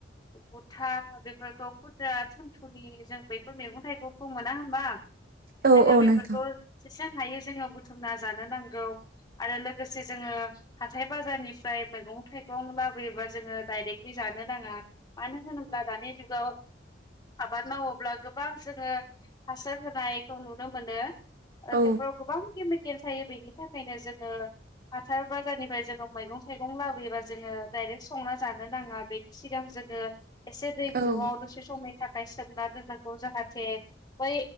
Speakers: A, on the left; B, on the right.
A: गुथा बेफोरखौ खुटा थुनथुनि जों बैफोर मैगं थाइगंखौ मोना होमबा
B: औ
A: जोङो
B: औ
A: बेफोरखौ
B: नोंथां
A: बेेससां हायो जोङो बुथुमना जानो नांगौ आरो लोगोसे जोङो हाथाय बाजारनिफ्राय मैगं थाइगं लाबोयोबा जोङो डाइरेक्टलि जानो नाङा मानो होनोब्ला दानि जुगाव आबाद मावोब्ला गोबां जोङो हासार होनायखौ नुनो मोनो
B: औ
A: बेफोराव गोबां केमे केल थायो बेनि थाखायनो जोङो हाथाय बाजारनिफ्राय जोङो मैगं थाइगं लाबोयोबा जोङो डाइरेक्ट संना जानो नाङा बेनि सिगां जों जोङो एसे दै
B: औ
A: गुदुंङाव दसे समनि थाखाय सोंना दोननांगौ। गौ जाहाथे बै